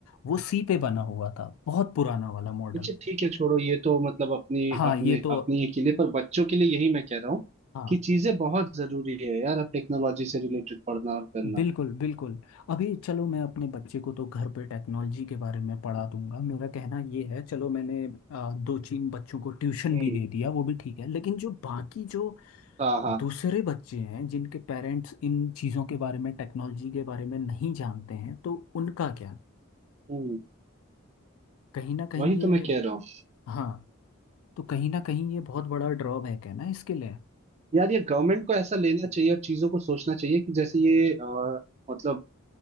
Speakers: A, on the left; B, on the right.
A: वो सी पे बना हुआ था बहुत पुराना वाला मॉडल
B: अच्छा ठीक है छोड़ो ये तो मतलब अपनी
A: हाँ
B: अपने
A: ये तो
B: अपनी ये के लिए पर बच्चों के लिए यही मैं कह रहा हूँ
A: हाँ
B: कि चीजें बहुत जरूरी है यार अब टेक्नोलॉजी से रिलेटेड पढ़ना और करना
A: बिल्कुल बिल्कुल अभी चलो मैं अपने बच्चे को तो घर पे टेक्नोलॉजी के बारे में पढ़ा दूंगा मेरा कहना ये है चलो मैंने आ, दो तीन बच्चों को ट्यूशन
B: हम्म
A: भी दे दिया वो भी ठीक है लेकिन जो बाकी जो
B: हाँ हाँ
A: दूसरे बच्चे हैं जिनके पेरेंट्स इन चीज़ों के बारे में टेक्नोलॉजी के बारे में नहीं जानते हैं तो उनका क्या
B: हम्म
A: कहीं ना कहीं
B: वही
A: ये
B: तो मैं कह रहा हूँ
A: हाँ तो कहीं ना कहीं ये बहुत बड़ा ड्रॉबैक है ना इसके लिए
B: यार ये गवर्नमेंट को ऐसा लेना चाहिए और चीजों को सोचना चाहिए कि जैसे ये अ, मतलब